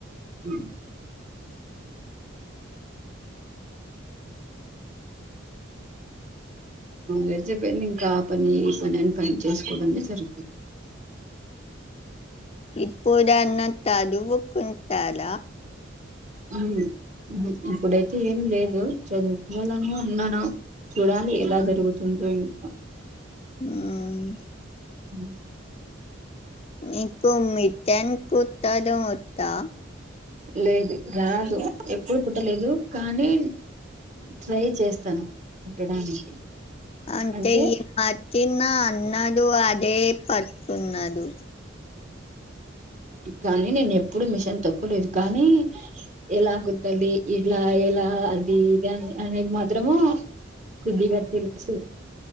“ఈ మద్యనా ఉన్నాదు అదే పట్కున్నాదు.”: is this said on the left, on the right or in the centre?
Left